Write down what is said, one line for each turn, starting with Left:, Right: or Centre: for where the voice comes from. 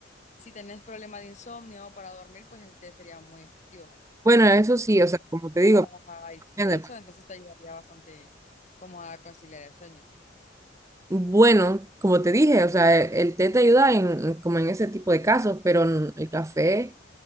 Left: si tenés problemas de insomnio o para dormir, pues el té sería muy efectivo, ¿me entiendes?
Right: Bueno, eso sí,
Left: Porque
Right: o sea, como
Left: te
Right: te digo,
Left: relaja y
Right: depende,
Left: eso,
Right: pues.
Left: entonces te ayudaría bastante como a conciliar el sueño.
Right: Bueno, como te dije, o sea, el, el té te ayuda en, en- como en ese tipo de casos, pero el café